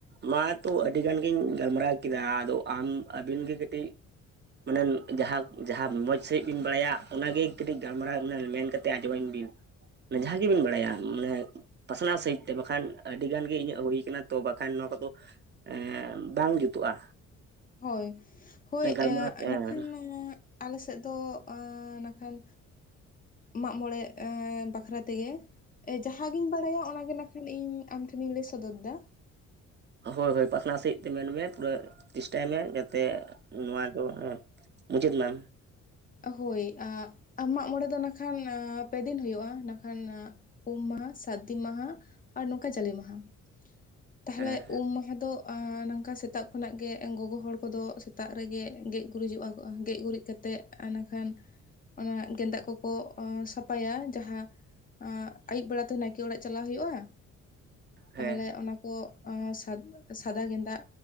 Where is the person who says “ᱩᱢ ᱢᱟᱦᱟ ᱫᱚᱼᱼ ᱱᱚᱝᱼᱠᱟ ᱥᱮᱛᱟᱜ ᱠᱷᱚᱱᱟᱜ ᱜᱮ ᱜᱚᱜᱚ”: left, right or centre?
Left